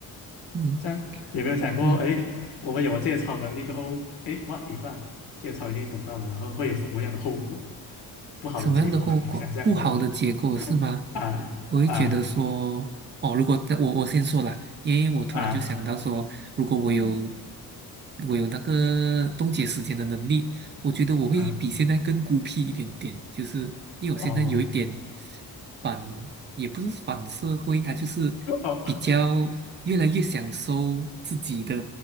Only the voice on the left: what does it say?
这样有没有想过，
哎，我们有了这些超能力过后，哎，what if 啊，这些超能力得到了，然后会有什么样的后果？不好的结果，
<laughs> 你有想象过吗？
啊啊
啊，
嗯
嗯，
哦
哦，OK，